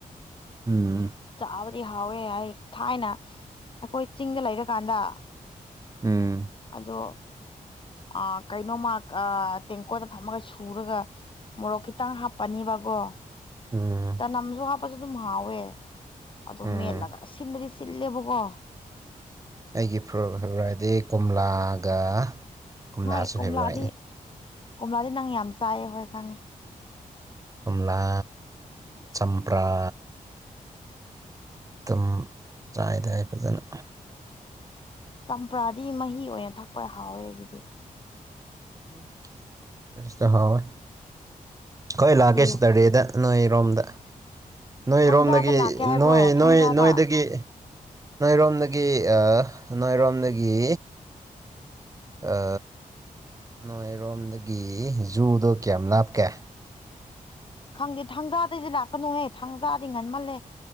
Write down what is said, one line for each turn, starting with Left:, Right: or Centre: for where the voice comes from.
Right: ꯎꯝ
Left: ꯆꯥꯕ ꯑꯩ ꯍꯥꯎꯋꯦ ꯑꯩ ꯊꯥꯏꯅ ꯑꯩꯈꯣꯏ ꯆꯤꯡꯗ ꯂꯩꯔꯀꯥꯟꯗ
Right: ꯎꯝ
Left: ꯑꯗꯣ ꯑ ꯀꯩꯅꯣꯃ ꯑ ꯇꯦꯡꯀꯣꯠꯇ ꯊꯝꯃꯒ ꯁꯨꯔꯒ ꯃꯣꯔꯣꯛ ꯈꯤꯇꯪ ꯍꯥꯞꯄꯅꯤꯕꯀꯣ
Right: ꯎꯝ
Left: ꯆꯅꯝꯁꯨ ꯍꯥꯞꯄꯁꯨ ꯑꯗꯨꯝ ꯍꯥꯎꯋꯦ ꯑꯗꯨ
Right: ꯎꯝ
Left: ꯃꯦꯠꯂꯒ ꯁꯤꯟꯕꯗꯤ ꯆꯤꯜꯂꯦꯕꯀꯣ
Right: ꯑꯩꯒꯤ <unintelligible> ꯐꯦꯕꯣꯔꯥꯏꯗꯤ ꯀꯣꯝꯂꯥꯒ ꯀꯣꯝꯂꯥꯁꯨ
Left: ꯍꯣꯏ ꯀꯣꯝꯂꯥꯗꯤ
Right: ꯐꯦꯕꯣꯔꯥꯏꯠꯅꯤ
Left: ꯀꯣꯝꯂꯥꯗꯤ ꯅꯪ ꯌꯥꯝ ꯆꯥꯏꯌꯦ ꯍꯣꯏ ꯈꯪꯉꯦ
Right: ꯀꯣꯝꯂꯥ ꯆꯝꯄ꯭ꯔꯥ ꯇꯨꯝ ꯆꯥꯏꯗ ꯑꯩ ꯐꯖꯅ
Left: ꯆꯝꯄ꯭ꯔꯥꯗꯤ ꯃꯍꯤ ꯑꯣꯏꯅ ꯊꯛꯄ ꯍꯥꯎꯋꯦ ꯑꯩꯒꯤꯗꯤ
Right: <unintelligible> ꯍꯥꯎꯋꯦ ꯈꯣꯏ ꯂꯥꯛꯀꯦ
Left: ꯀꯔꯤ
Right: ꯁꯇꯔꯗꯦꯗ ꯅꯣꯏꯔꯣꯝꯗ ꯅꯣꯏꯔꯣꯝꯗꯒꯤ
Left: ꯊꯥꯡꯖꯥꯗ ꯂꯥꯛꯀꯦ ꯍꯥꯏꯕ꯭ꯔꯣ
Right: ꯅꯣꯏ ꯅꯣꯏ
Left: ꯊꯥꯡꯖꯥꯗ
Right: ꯅꯣꯏꯗꯒꯤ ꯅꯣꯏꯔꯣꯝꯗꯒꯤ ꯑ ꯅꯣꯏꯔꯣꯝꯗꯒꯤ ꯑ ꯅꯣꯏꯔꯣꯝꯗꯒꯤ ꯖꯨꯗꯣ ꯀꯌꯥꯝ ꯂꯥꯞꯀꯦ
Left: ꯈꯪꯗꯦ ꯊꯥꯡꯖꯥꯗꯗꯤ ꯂꯥꯛꯀꯅꯨꯍꯦ ꯊꯥꯡꯖꯥꯗꯤ ꯉꯟꯃꯜꯂꯦ